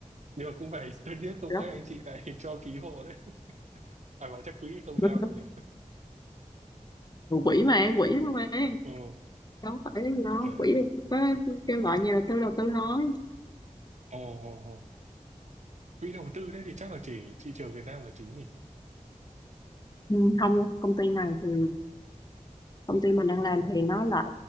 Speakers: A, on the right; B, on the left.
A: Nhưng mà cũng phải <laughs> tôi biết không
B: rất
A: các anh chị lại <laughs> cho ký hộ đấy. À mà chắc quỹ không sao
B: rất-
A: đâu nhỉ.
B: rất- quỷ mà em, quỷ thôi mà
A: Ồ,
B: đâu phải cái gì đâu
A: trời
B: quỷ
A: đất.
B: có kêu gọi như là tư đầu tư nói
A: Ồ, ồ, ồ. Quỹ đầu tư đấy thì chắc là chỉ thị trường Việt Nam là chính nhỉ.
B: ừ, không công ty này thì công ty mình đang làm thì nó lại